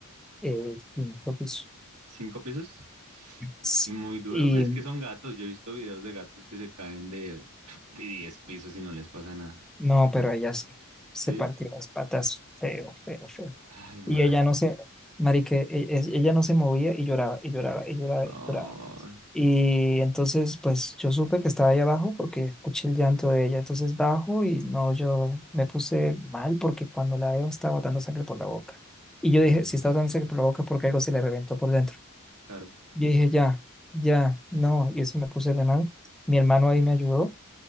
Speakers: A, in the centre; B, on the right.
A: eh, el quinto piso.
B: Cinco pisos.
A: Sí.
B: Y muy duro,
A: Y
B: pues es que son gatos. Yo he visto videos de gatos que se caen de, <laughs> de 10 pisos y no les pasa nada.
A: No, pero ella sí se
B: ¿Sí?
A: partió las patas feo, feo, feo.
B: Ay, madre.
A: Y ella no se, marique, e- e- ella no se movía y lloraba, y lloraba, y lloraba,
B: Ay,
A: y lloraba. Y entonces, pues yo supe que estaba ahí abajo porque escuché el llanto de ella. Entonces bajo y no, yo me puse mal porque cuando la veo estaba botando sangre por la boca. Y yo dije,
B: no,
A: si está botando
B: pues,
A: sangre por la boca es porque algo se le reventó por dentro.
B: claro.
A: Yo dije, ya, ya, no. Y eso me puse re mal. Mi hermano ahí me ayudó.